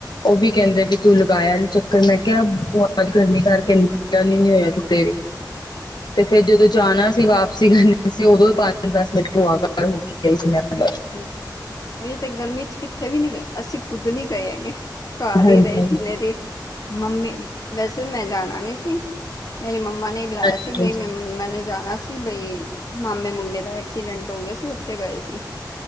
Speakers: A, on the left; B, on the left.
A: ਉਹ ਵੀ ਕਹਿੰਦੇ ਵੀ ਤੂੰ ਲਗਾਇਆ ਨਹੀਂ ਚੱਕਰ ਮੈਂ ਕਿਹਾ ਭੂਆ ਜੀ ਗਰਮੀਂ ਕਰਕੇ ਮਨ ਨਹੀਂ ਹੋਇਆ ਕਿਤੇ ਵੀ।
B: <inaudible>
A: ਤੇ ਫਿਰ ਜਦੋਂ। ਜਦੋਂ ਜਾਣਾ ਸੀ ਵਾਪਸੀ ਕਰਨੀ ਸੀ ਉਦੋਂ ਪੰਜ ਦਸ ਮਿੰਟ ਭੂਆ ਘਰ ਹੋ ਕੇ ਆਈ ਸੀ ਮੈਂ ਬਸ।
B: ਹੂੰ। ਇਹ ਤੇ ਗਰਮੀ 'ਚ ਕਿੱਥੇ ਵੀ ਨੀ ਗਏ ਅਸੀਂ ਖੁੱਦ ਨੀ ਗਏ ਹੈਗੇ ਘਰ
A: ਹਾਂਜੀ।
B: ਹੀ ਰਹੇ ਜਿੰਨੇ ਦਿਨ। ਮੰਮੀ ਵੈਸੇ ਮੈਂ ਜਾਣਾ ਨੀ ਸੀ ਮੇਰੀ ਮੰਮਾ ਨੇ। ਬੁਲਾਇਆ
A: ਹਾਂਜੀ
B: ਸੀ ਬਈ ਮੈਂ ਮੈਨੇ ਜਾਣਾ ਸੀ ਬਈ। ਮਾਮੇ ਮੁੰਡੇ ਦਾ ਐਕਸੀਡੈਂਟ ਹੋ ਗਿਆ ਸੀ। ਉੱਥੇ ਗਏ ਸੀ।